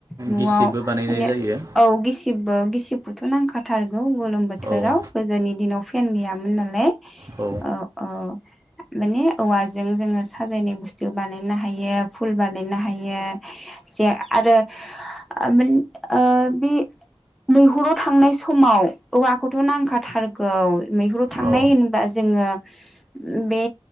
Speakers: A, in the centre; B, on the right.
A: न'आव
B: गिसिबबो बानायनाय
A: माने
B: जायो
A: औ गिसिबबो गिसिब बोथ' नांखा थारगौ गोलोम बोथोराव
B: औ
A: गोजोनि दिनाव फै पेन गैयामोन नालाय
B: औ
A: अ अ माने औवाजों जोङो साजायनाय बुस्थु बानायनो हायो फुल बानायनो हायो जे आरो ओ बे मैहुराव थांनाय सम समाव औवाखौथ' नांखाथारगौ मैहुराव थांनाय
B: औ
A: होनबा जोङो बे